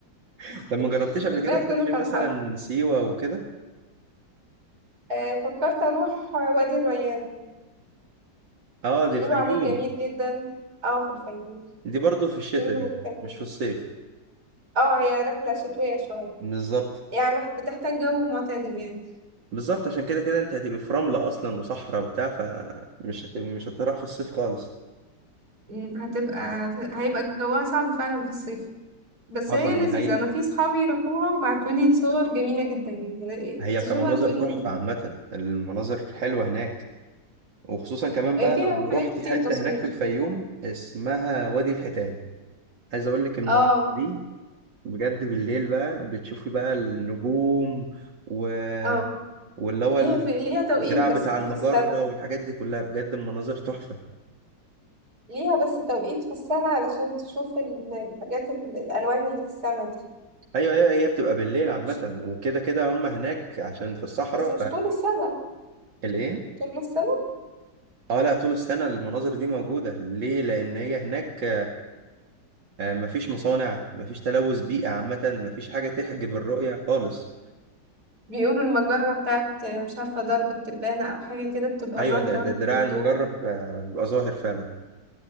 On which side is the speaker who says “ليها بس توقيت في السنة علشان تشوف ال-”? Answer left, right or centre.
Right